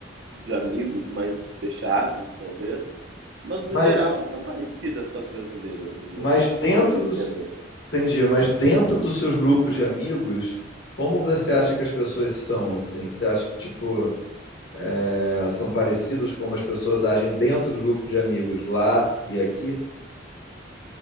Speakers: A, on the right; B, on the left.
A: de amigos mais fechados, talvez, mas no
B: Mas,
A: geral são parecidas com as brasileiras, no meu,
B: mas dentro
A: ao meu
B: dos,
A: entender.
B: entendi, mas dentro dos seus grupos de amigos, como você acha que as pessoas são assim? Você acha que tipo, eh, são parecidos como as pessoas agem dentro dos grupos de amigos lá e aqui?